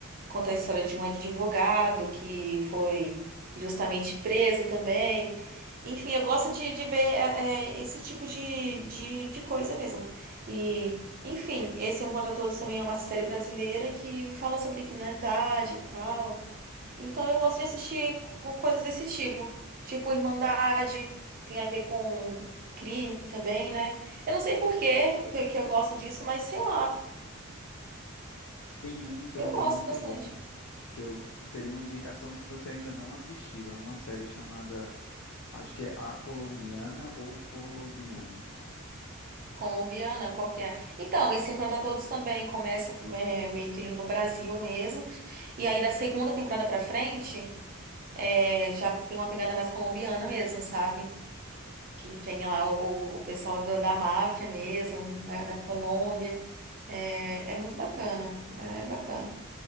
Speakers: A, on the right (about 40°); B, on the left (about 65°).
A: conta a história de um advogado que foi justamente preso também. Enfim, eu gosto de, de ver é, é, esse tipo de, de, de coisa mesmo. E, enfim, esse Um Contra Todos também é uma série brasileira que fala sobre criminalidade e tal. Então eu gosto de assistir co- coisas desse tipo. Tipo Irmandade, tem a ver com crime também, né? Eu não sei por quê que que eu gosto disso, mas sei lá.
B: Tem um, então,
A: Eu
B: que
A: gosto
B: é muito
A: bastante.
B: bom, que eu, seria uma indicação se você ainda não assistiu. É uma série chamada, acho que é A Colombiana ou Colombiana.
A: Colombiana, qual que é? Então, esse Um Contra Todos também começa é, meio que ele no Brasil mesmo. E aí da segunda temporada pra frente, é, já tem uma pegada mais colombiana mesmo, sabe? que tem lá o, o pessoal do- da máfia mesmo, da, da Colômbia. É, é muito bacana, é bacana.